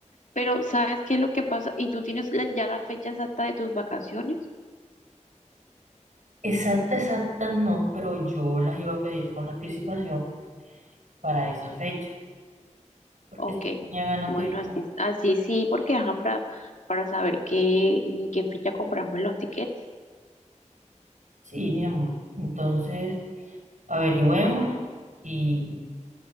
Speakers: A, on the left; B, on the right.
A: pero ¿sabes qué es lo que pasa? ¿Y tú tienes la- ya la fecha exacta de tus vacaciones?
B: exactas, exactas no, pero yo las iba a pedir con anticipación para esa fecha, porque
A: Ok,
B: si tenía ganas
A: bueno,
B: de viajar.
A: así, así sí, porque ajá, para, para saber qué, en qué fecha compramos los tiquetes.
B: Sí, mi amor. Entonces, averigüemos y,